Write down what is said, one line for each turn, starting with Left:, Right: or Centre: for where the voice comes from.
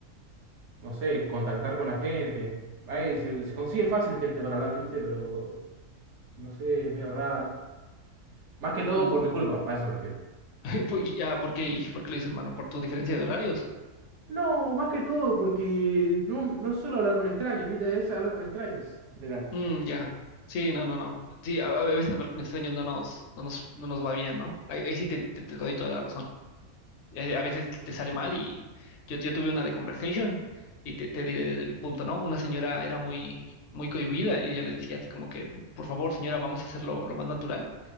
Right: no sé, contactar con la gente. Ahí se, se consigue fácil gente para hablar, ¿viste? Pero, no sé, es medio raro. Más que todo
Left: Uh,
Right: por mi culpa, a eso me refiero.
Left: <laughs> pues, ya, ¿por qué? ¿Por qué lo dices, hermano? ¿Por tu diferencia de horarios?
Right: No, más que todo porque no, no suelo hablar con extraños, ¿viste? Es hablar con extraños, en general.
Left: Mm, ya. Sí, no, no, no. Sí, a, a veces hablar con extraños no nos, no nos, no nos va bien, ¿no? Ahí, ahí sí te te- te doy toda la razón. eh, a veces te sale mal y yo, yo tuve una de conversation y te, te diré desde mi punto, ¿no? Una señora era muy, muy cohibida y yo le decía así como que, por favor, señora, vamos a hacerlo lo más natural,